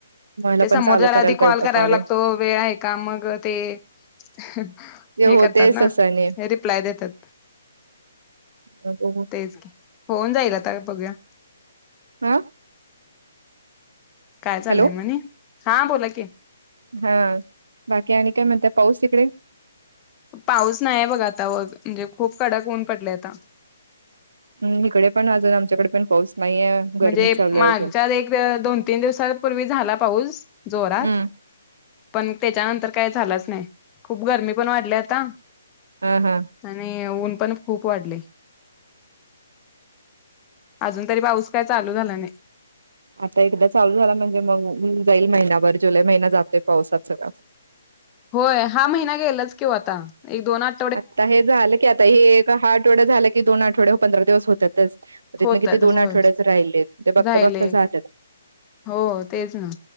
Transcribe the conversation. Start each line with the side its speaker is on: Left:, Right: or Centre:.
Right: मला
Left: ते समोरच्याला
Right: पण चालू करायला
Left: आधी कॉल
Right: पाहिजे
Left: करावा
Right: कॉलिंग
Left: लागतो वेळ आहे का? मग ते ह्हण,
Right: ते
Left: हे
Right: होतेच
Left: करतात ना
Right: तसाने.
Left: री प्लाय देतात,
Right: मग बघू.
Left: तेच की, होऊन जाईल आता, बघूया.
Right: हा
Left: काय चाललंय
Right: हॅलो
Left: मनी? हां, बोला की.
Right: हं, बाकी आणि काय म्हणते, पाऊस इकडे?
Left: पाऊस नाहीे य बघ आता, व म्हणजे खूप कडक ऊन पडल, आता.
Right: हम्, हीकडे पण अजून आमच्याकडे, पण पाऊस नाहीये. गरमीच
Left: म्हणजे
Right: चालू
Left: मागच्या
Right: आहे अजून
Left: एक द-दोन तीन दिवसांपूर्वी झाला पाऊस, जोरात.
Right: हम्म
Left: पण त्याच्यानंतर काय झालंच नाही, खूप गरमी पण वाढल्या आता.
Right: हं हं.
Left: आणि ऊन पण खूप वाढलय, अजून तरी पाऊस काय चालू झाला नही.
Right: आता एकदा चालू झाला, म्हणजे मंग होऊन जाईल महिनाभर, जुलै महिना जातोय पावसात, सगळा.
Left: होय, हा महिना गेलाच कि व आता, एक दोन आठ
Right: आता हे झालं की, आता हे एक हा आठवडा झाला की, दोन आठवड्या पंधरा दिवस होतातच. तिथनं
Left: होतात
Right: किती दोन
Left: होय
Right: आठवड्याच राहिलेत, ते बघता-बघता
Left: राहिले
Right: जात्यात.
Left: हो, तेच ना.